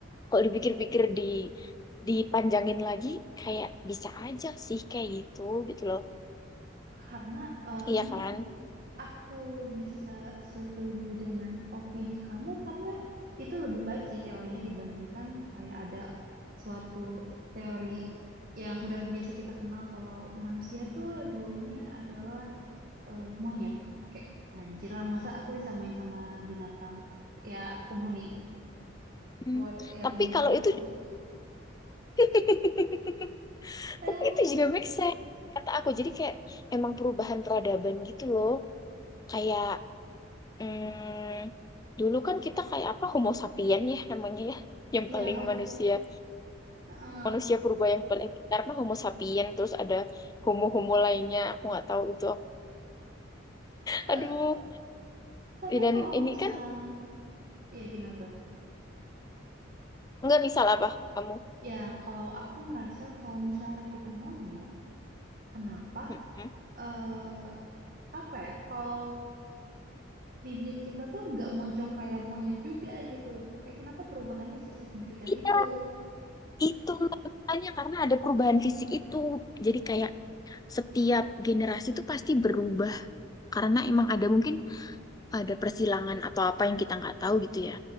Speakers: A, on the left; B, on the right.
A: kalau dipikir-pikir di dipanjangin lagi kayak bisa aja sih kayak gitu gitu loh
B: Karena eh,
A: iya
B: mungkin
A: kan
B: aku bisa setuju dengan opini kamu karena itu lebih baik sih teorinya dibandingkan kayak ada suatu teori yang udah biasa kita kenal kalau manusia tuh dulunya adalah eh, monyet. Kayak anjir lah masa aku disamain sama binatang ya penghuni
A: Hmm.
B: hewan ya
A: Tapi
B: kebun
A: kalau
B: binatang
A: itu
B: gitu.
A: <laughs>
B: Eh,
A: tapi itu juga make sense kata aku jadi kayak emang perubahan peradaban gitu loh kayak mm, dulu kan kita kayak apa Homo sapien ya namanya ya yang
B: ya
A: paling
B: ho-
A: manusia
B: eh,
A: manusia purba yang paling pintar mah Homo sapien terus ada homo homo lainnya aku nggak tahu itu
B: ta-
A: aduh
B: tapi
A: ya dan
B: kalau
A: ini
B: misal
A: kan
B: ya gimana tuh?
A: nggak misal apa kamu
B: Ya kalau aku merasa kalau misalkan kita monyet, kenapa
A: Mm-mm.
B: eh apa ya? Kalau bibir kita tuh nggak moncong kayak monyet juga gitu. Kayak kenapa perubahannya sesignifikan
A: Iya,
B: itu?
A: itulah makanya karena ada perubahan fisik itu. Jadi kayak setiap generasi itu pasti berubah karena emang ada mungkin ada persilangan atau apa yang kita nggak tahu gitu ya.